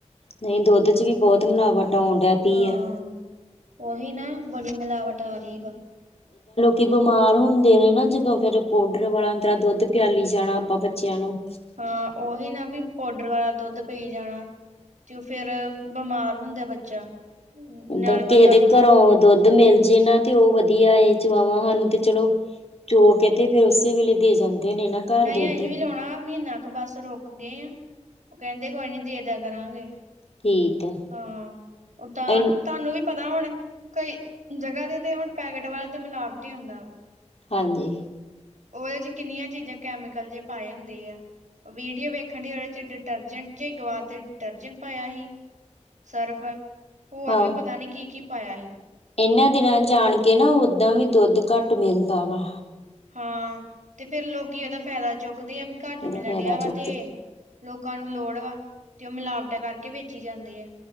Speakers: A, on the left; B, on the right.
A: ਨਹੀਂ ਦੁੱਧ 'ਚ ਵੀ ਬਹੁਤ ਮਿਲਾਵਟ ਆਉਣ ਡੈ ਪੀ
B: ਹਾਂ
A: ਐ।
B: ਉਹੀ ਨਾ ਬੜੀ ਮਿਲਾਵਟ ਆ ਰਹੀ ਵਾ।
A: ਤੇ ਬਿਮਾਰ ਹੁੰਦੇ ਨੇ ਨਾ ਜਦੋਂ ਫਿਰ ਪਾਊਡਰ ਵਾਲਾ ਔਂਤਰਾ ਦੁੱਧ ਪਿਆਲੀ ਜਾਣਾ ਆਪਾਂ ਬੱਚਿਆਂ ਨੂੰ
B: ਹਾਂ ਉਹੀ ਨਾ ਵੀ ਪਾਊਡਰ ਵਾਲਾ ਦੁੱਧ ਪੀ ਜਾਣਾ। ਤੇ ਉਹ ਫਿਰ ਬਿਮਾਰ ਹੁੰਦਾ ਬੱਚਾ
A: ਉਦਾਂ
B: ਨਾਲੇ
A: ਕਿਸੇ
B: ਬੰਦਾ
A: ਦੇ
B: ਬਿਮਾਰ
A: ਘਰੋਂ ਦੁੱਧ ਮਿਲ ਜੇ ਨਾ। ਤੇ ਉਹ ਵਧੀਆ ਹੈ ਚਵਾਵਾਂ ਸਾਨੂੰ ਤੇ ਚਲੋ ਚੋ ਕੇ ਤੇ ਫੇਰ ਉਸੇ ਵੇਲੇ ਦੇ ਜਾਂਦੇ ਨੇ ਨਾ। ਘਰ
B: ਨਹੀਂ
A: ਦੁੱਧ
B: ਅਸੀਂ ਵੀ ਲਾਉਣਾ ਆ ਮਹੀਨਾ ਕ ਬੱਸ ਰੁਕ ਗਏ ਆਂ ਉਹ ਕਹਿੰਦੇ ਕੋਈ ਨੀ ਦੇ ਦਾ ਕਰਾਂਗੇ।
A: ਠੀਕ ਹੈ।
B: ਹਾਂ ਓ ਤਾਂ
A: ਇਨ
B: ਤੁਹਾਨੂੰ ਵੀ ਪਤਾ ਹੁਣਾ ਕਈ ਜਗ੍ਹਾ ਤੇ ਤਾਂ ਹੁਣ ਪੈਕਟ ਵਾਲਾ ਤੇ ਮਿਲਾਵਟੀ ਹੁੰਦਾ ਵਾ।
A: ਹਾਂਜੀ
B: ਉਹਦੇ 'ਚ ਕਿੰਨੀਆਂ ਚੀਜ਼ਾਂ ਕੈਮੀਕਲ ਜੇ ਪਾਏ ਹੁੰਦੇ ਆ। ਵੀਡੀਓ ਵੇਖਣ ਦੀ ਉਹਦੇ 'ਚ ਡਿਟਰਜੈਂਟ 'ਚ ਗਵਾ ਤੇ ਡਿਟਰਜੈਂਟ ਪਾਇਆ ਸੀ। ਸਰਫ਼ ਹੋਰ
A: ਹਾਂ
B: ਵੀ ਪਤਾ ਨਹੀਂ ਕੀ-ਕੀ ਪਾਇਆ ਸੀ।
A: ਇਹਨਾਂ ਦਿਨਾਂ 'ਚ ਆਣ ਕੇ ਨਾ ਓਦਾਂ ਵੀ ਦੁੱਧ ਘੱਟ ਮਿਲਦਾ ਵਾ।
B: ਹਾਂ ਤੇ ਫਿਰ ਲੋਕੀਂ ਇਹਦਾ ਫਾਇਦਾ ਚੁੱਕਦੇ ਆ ਵੀ ਘੱਟ
A: ਇਹਦਾ
B: ਮਿਲਣ
A: ਫਾਇਦਾ
B: ਡਿਆ
A: ਚੁੱਕਦੇ
B: ਵਾ ਤੇ ਲੋਕਾਂ ਨੂੰ ਲੋੜ ਵਾ ਤੇ ਉਹ ਮਿਲਾਵਟਾਂ ਕਰਕੇ ਵੇਚੀ ਜਾਂਦੇ ਆ।